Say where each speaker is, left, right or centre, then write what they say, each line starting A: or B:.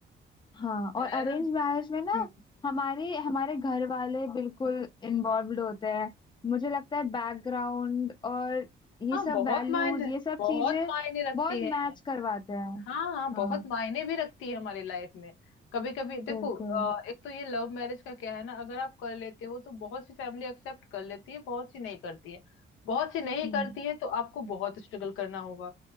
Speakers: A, on the left; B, on the left.
A: हाँ और
B: है
A: अरेंज
B: ना
A: मैरिज में ना
B: हम्म,
A: हमारे हमारे घर वाले बिल्कुल
B: हम्म।
A: इन्वॉल्व्ड होते हैं मुझे लगता है बैकग्राउंड और ये
B: हाँ
A: सब
B: बहुत
A: वैल्यूज
B: मायने
A: ये सब
B: बहुत
A: चीजें
B: मायने रखती
A: बहुत
B: है
A: मैच करवाते हैं
B: हाँ हाँ बहुत
A: हाँ
B: मायने भी रखती है हमारी लाइफ में कभी कभी देखो
A: बिल्कुल
B: अ, एक तो ये लव मैरिज का क्या है ना अगर आप कर लेते हो तो बहुत सी फैमिली एक्सेप्ट कर लेती है बहुत सी नहीं करती है बहुत सी नहीं
A: हम्म
B: करती है तो आपको बहुत स्ट्रगल करना होगा